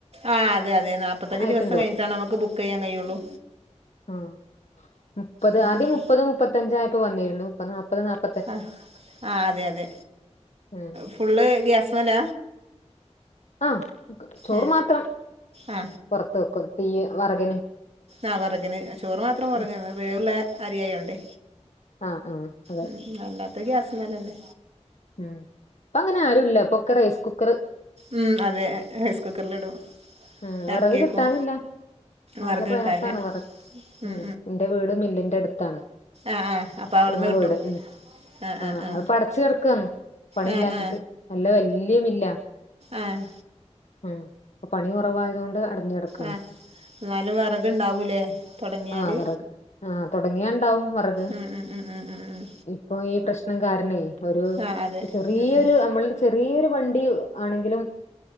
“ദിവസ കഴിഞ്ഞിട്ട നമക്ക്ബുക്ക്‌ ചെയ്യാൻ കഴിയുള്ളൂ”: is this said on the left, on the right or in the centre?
Right